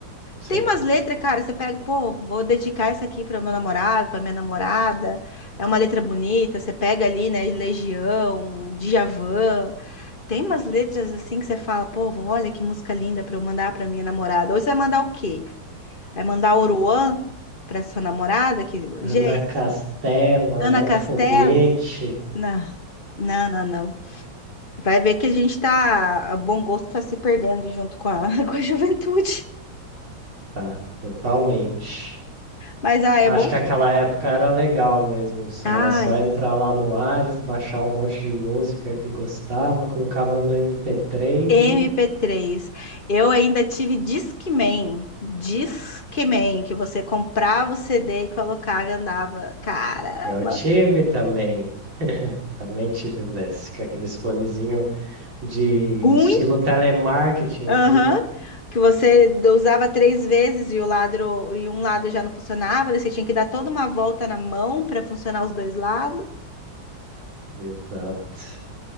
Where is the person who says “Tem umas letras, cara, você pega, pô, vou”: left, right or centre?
Left